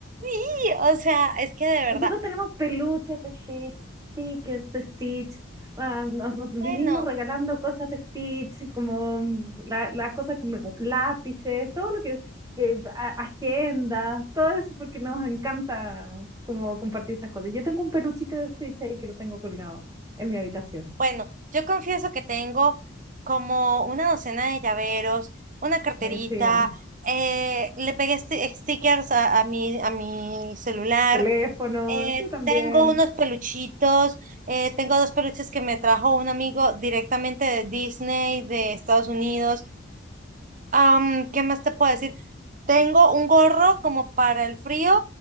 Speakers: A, on the right (about 40°); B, on the right (about 20°).
A: Sí, o sea, es que de verdad,
B: Nosotros tenemos peluches de Stitch, stickers de Stitch, ah, nos, nos vivimos
A: bueno,
B: regalando cosas de Stitch, como mm, la- las cosas como como lápices, todo lo que, que a- agenda, todo eso porque nos encanta como compartir esas cosas. Yo tengo un peluchito de Stitch ahí que lo tengo colgado en mi habitación.
A: bueno, yo confieso que tengo como una docena de llaveros, una carterita,
B: Ay, Sí,
A: eh, le pegué sti- stickers a, a mi, a mi celular,
B: teléfono,
A: Eh,
B: yo también.
A: tengo unos peluchitos, eh, tengo dos peluches que me trajo un amigo directamente de Disney, de Estados Unidos. Am, ¿qué más te puedo decir? Tengo un gorro como para el frío,